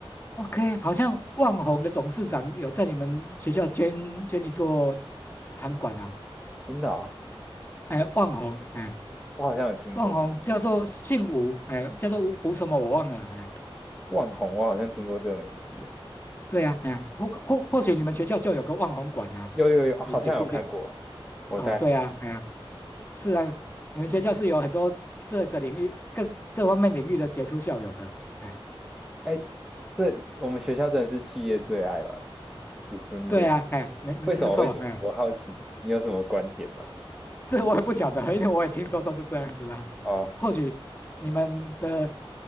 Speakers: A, on the left; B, in the centre.
A: ，OK，好像万宏的董事长有在你们学校捐捐一座场馆啊？
B: 真的啊，
A: 哎，万宏，哎，
B: 我好像有听过
A: 万宏叫做姓吴，哎，叫做吴吴什么我忘了，哎。
B: 万宏，我好像听过这个名字。
A: 对呀、哎呀，或或或许你们学校就有个望红馆啊，
B: 有有有，好像有看过。
A: 也也不一定
B: 我带，
A: 啊。对呀、哎呀，是啊，你们学校是有很多这个领域、各这方面领域的杰出校友的。哎，
B: 哎，这我们学校真的是企业最爱嘛？叔叔，你的
A: 对呀、哎，没没没有错，
B: 为什么？为什么？
A: 哎。
B: 我好奇，你有什么观点吗？
A: <laughs> 这我也不晓得，因为我也听说都是这样子啊。
B: 哦，
A: 或许你们的